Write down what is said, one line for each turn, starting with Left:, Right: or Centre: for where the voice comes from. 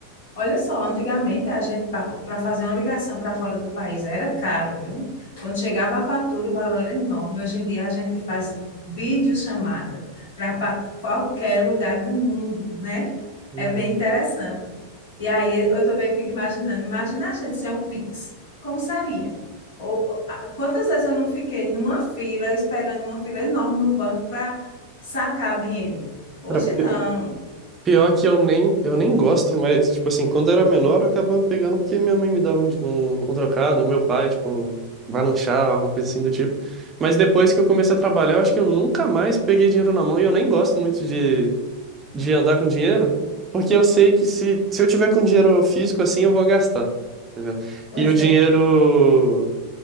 Left: Olha só, antigamente a gente, para fazer uma ligação para fora do país, era caro, viu? Quando chegava a fatura, o valor era enorme. Hoje em dia a gente faz videochamada para qualquer lugar do mundo, né?
Right: Uhum.
Left: É bem interessante. E aí eu também fico imaginando, imagina a gente sem o Pix, como seria? Ou, a- quantas vezes eu não fiquei numa fila, esperando uma fila enorme no banco para sacar dinheiro? Hoje
Right: Cara, pi-
Left: não.
Right: pior que eu nem, eu nem gosto, mas, tipo assim, quando eu era menor, eu acabava pegando porque minha mãe me dava um, um, um trocado, ou meu pai, tipo, vai lanchar, alguma coisa assim do tipo. Mas depois que eu comecei a trabalhar, eu acho que eu nunca mais peguei dinheiro na mão e eu nem gosto muito de de andar com dinheiro, porque eu sei que se, se eu tiver com dinheiro físico assim, eu vou gastar, tá ligado?
Left: Pois
Right: E o dinheiro,
Left: é.